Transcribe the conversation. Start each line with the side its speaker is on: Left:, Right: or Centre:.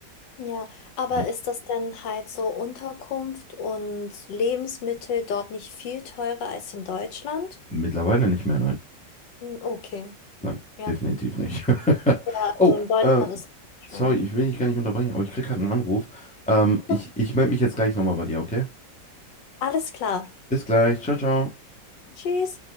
Left: ja. Aber
Centre: Hm,
Left: ist das denn halt so Unterkunft und Lebensmittel dort nicht viel teurer als in Deutschland?
Centre: Mittlerweile nicht mehr, nein.
Left: Hm, Okay.
Centre: Nein,
Left: ja.
Centre: definitiv nicht. <laughs>
Left: Ja, also
Centre: Oh,
Left: in Deutschland
Centre: äh,
Left: ist es schon.
Centre: sorry, ich will dich gar nicht unterbrechen, aber ich krieg gerade einen Anruf. Ähm, ich
Left: Okay,
Centre: ich melde mich jetzt gleich nochmal bei dir, okay?
Left: alles klar.
Centre: Bis gleich. Ciao, ciao.
Left: Tschüss.